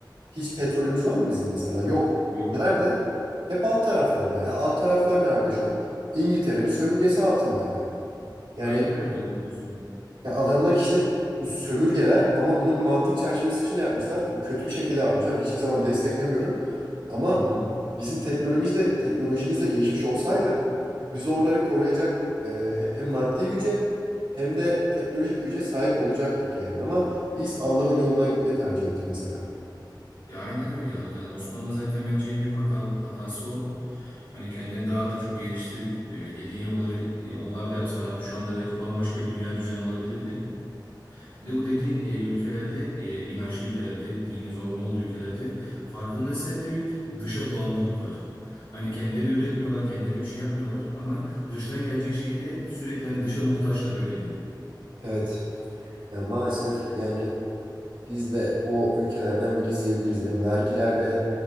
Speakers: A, on the right; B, on the left.
A: Hiç petrolümüz var mı bizim mesela? Yok.
B: Yok.
A: Nerede? Hep alt taraflarda. Ya alt taraflar nerede şu an? İngiltere'nin sömürgesi altındaydı. Yani
B: Aynen öyle doğru diyorsun.
A: ya adamlar işte sömürgeler ama bunu bir mantık çerçevesi içinde yapmışlar. Bu kötü bir şekilde yapmışlar. Hiçbir zaman desteklemiyorum. Ama
B: Hı hı.
A: bizim teknolojimiz de teknolojimiz de gelişmiş olsaydı biz oraları koruyacak e, he- hem maddi güce hem de teknolojik güce sahip olacaktık yani. Ama biz Allah'ın yolundan gitmeyi tercih ettik mesela.
B: Ya aynen öyle ya. Yani Osmanlı zaten bence en büyük hata hatası o. Hani kendini daha da çok geliştirip e, dediğin yolları e, onlar da yapsalardı şu anda belki bambaşka bir dünya düzeni olabilirdi. Bir de bu dediğin e, ülkelerde, e, inançlı ülkelerde, dini zorunlu olduğu ülkelerde farkındaysan hep de bir dışa bağımlılık var. Hani kendileri üretmiyorlar, kendileri bir şey yapmıyorlar ama dıştan gelecek şeyi de sürekli hani dışa muhtaçlar öyle diyeyim.
A: Evet. Ya maalesef yani biz de o ülkelerden biri izleyebiliriz. Yani vergiler ve